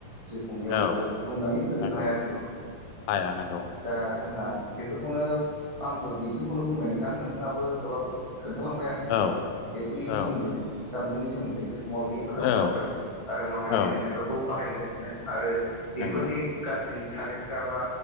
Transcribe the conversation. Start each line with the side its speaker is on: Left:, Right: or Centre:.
Right: जिउ खुंनायाव बे
Left: औ
Right: फोर बुंनानै फोजोबनो
Left: नंगौ
Right: हाया जों बेफोरखौ।
Left: हाया नंगौ
Right: दा जोंहा बेफोरखौनो आंबो बिसिमखौनो बुंबाय नोंथां। नोंथाङाबो गोबां खोन्थालांबाय आंनो
Left: औ
Right: बेफोरनि
Left: औ
Right: सोमोन्दैनो जानबुंनि सोमोन्दै जों माबायदि हेफाजाब
Left: औ
Right: खालामदों आरो माबायदि
Left: औ
Right: जों बेफोरखौ बाहायगासिनो आरो बेफोरनि
Left: नंगौ
Right: गाज्रि थादेरसा बा